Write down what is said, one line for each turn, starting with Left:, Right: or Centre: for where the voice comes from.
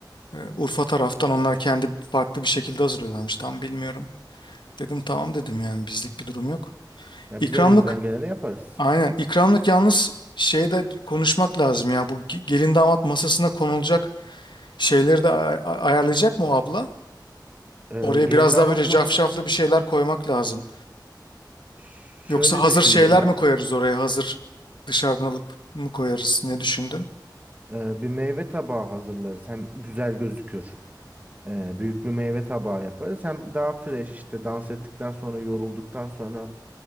Left: e, Urfa taraftan onlar kendi farklı bir şekilde hazırlıyorlarmış. Tam bilmiyorum. Dedim tamam dedim yani bizlik bir durum yok.
Right: Ya
Left: İkramlık.
Right: biz elimizden geleni yaparız.
Left: Aynen. İkramlık yalnız şeyde konuşmak lazım ya. Bu ge- gelin damat masasına konulacak şeyleri de ay- ay- ayarlayacak mı o abla?
Right: Ee,
Left: Oraya
Right: gelin
Left: biraz
Right: damat
Left: daha böyle cafcaflı
Right: masasına
Left: bir şeyler koymak lazım.
Right: ş-
Left: Yoksa
Right: şöyle
Left: hazır
Right: düşündüm
Left: şeyler
Right: ben.
Left: mi koyarız oraya? Hazır dışarıdan alıp mı koyarız? Ne düşündün?
Right: Ee, bir meyve tabağı hazırlarız. Hem güzel gözükür. Ee, büyük bir meyve tabağı yaparız. Hem daha fresh işte dans ettikten sonra yorulduktan sonra